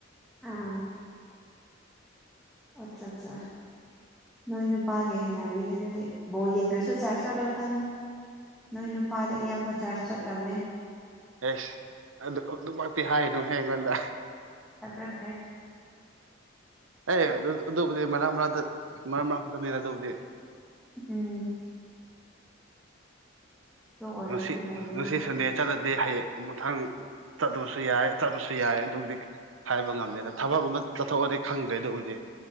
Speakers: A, in the centre; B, on the right.
A: ꯑꯥ ꯑꯆꯥ ꯑꯠꯆꯥ ꯅꯣꯏꯅꯨ ꯅꯨꯄꯥꯒꯤ ꯍꯦꯟꯅꯕꯤꯅꯦ ꯑꯗꯨꯗꯤ ꯕꯣ ꯌꯦꯡꯗ꯭ꯔꯁꯨ ꯆꯥꯔꯖ ꯆꯥꯂꯣꯏ ꯈꯪꯉꯤ ꯅꯣꯏ ꯅꯨꯄꯥꯗꯤ ꯑꯌꯥꯝꯕ ꯆꯥꯔꯖ ꯆꯠꯇꯕꯅꯦ
B: ꯑꯦꯁ ꯑꯗꯨ ꯑꯗꯨꯃꯛꯇꯤ ꯍꯥꯏꯅꯨꯍꯦ ꯑꯩꯉꯣꯟꯗ
A: ꯊꯥꯖꯗ꯭ꯔꯦ
B: ꯑꯦ ꯑꯗꯨ ꯑꯗꯨꯕꯨꯗꯤ ꯃꯔꯛ ꯃꯔꯛꯇ ꯃꯔꯛ ꯃꯔꯛꯇ ꯈꯛꯇꯅꯤ ꯑꯗꯨꯕꯨꯗꯤ
A: ꯎꯝ ꯑꯗꯨ ꯑꯣꯏꯔꯁꯨ
B: ꯉꯁꯤ
A: ꯂꯩꯗꯅ
B: ꯉꯁꯤ ꯁꯟꯗꯦ ꯆꯠꯂꯗꯤ ꯍꯌꯦꯡ ꯃꯊꯪ ꯆꯠꯇꯕꯁꯨ ꯌꯥꯏ ꯆꯠꯂꯁꯨ ꯌꯥꯏ ꯑꯗꯨꯒꯤꯗꯤ ꯍꯥꯏꯕ ꯉꯝꯗꯦꯅ ꯊꯕꯛ ꯒꯨꯝꯕ ꯆꯠꯊꯣꯛꯑꯗꯤ ꯈꯪꯗ꯭ꯔꯦꯗ ꯑꯗꯨꯕꯨꯗꯤ